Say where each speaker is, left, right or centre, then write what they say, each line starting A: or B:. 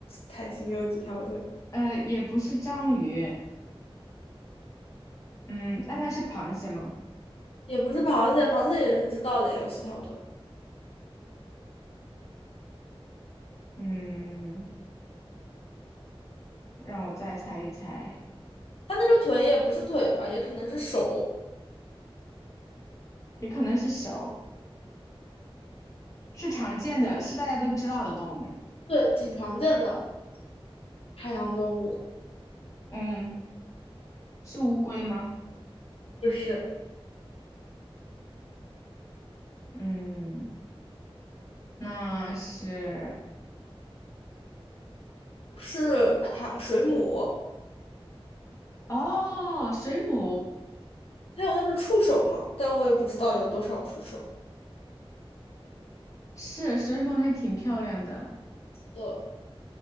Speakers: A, on the left; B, on the left.
A: 泰星有几条腿。
B: 呃，也不是章鱼。嗯，那它是螃蟹吗？
A: 也不是螃蟹，螃蟹也是知道的呀，有四条腿。
B: 嗯，让我再猜一猜，
A: 它那个腿也不是腿吧，也可能是手。
B: 也可能是手，是常见的，是大家都知道的动物吗
A: 对，挺常见的海洋动物，
B: 嗯，是乌龟吗？
A: 就是
B: 嗯，那是，
A: 是海水母，
B: 哦，水母，
A: 它有那种触手嘛，但我也不知道有多少触手
B: 是水母还挺漂亮的。
A: 的。